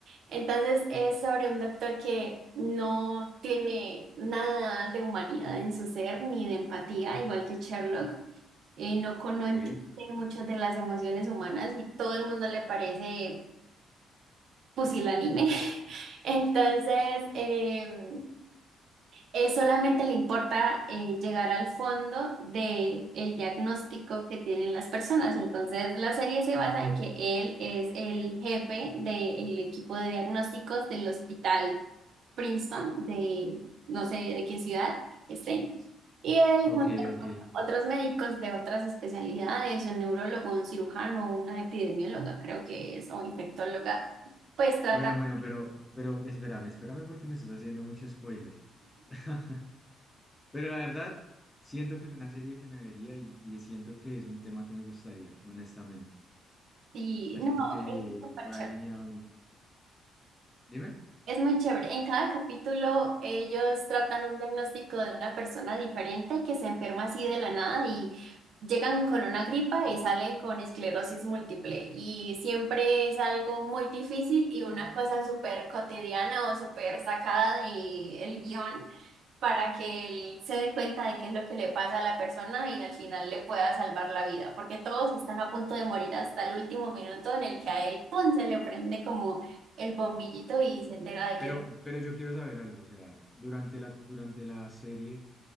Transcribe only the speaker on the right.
Entonces es sobre un doctor que no tiene nada de humanidad en su ser ni de empatía, igual que Sherlock. Eh, no, con- no entiende
muchas de las emociones humanas y todo el mundo le parece pusilánime. <laughs> Entonces eh, él solamente le importa eh, llegar al fondo del diagnóstico que tienen las personas. Entonces la serie se basa en que él es el jefe del equipo de diagnósticos del hospital Princeton, de no sé de qué ciudad, este, y él
junto a
otros médicos de otras especialidades, un neurólogo, un cirujano, una epidemióloga, creo que es, o infectóloga, pues tratan,
y
no,
es súper
Es muy chévere. En cada capítulo ellos tratan un diagnóstico de una persona diferente que se enferma así de la nada y llegan con una gripa y salen con esclerosis múltiple. Y siempre es algo muy difícil y una cosa súper cotidiana o súper sacada del guión para que él se dé cuenta de qué es lo que le pasa a la persona y al final le pueda salvar la vida, porque todos están a punto de morir hasta el último minuto en el que a él, ¡pum!, se le prende como el bombillito y se entera de
que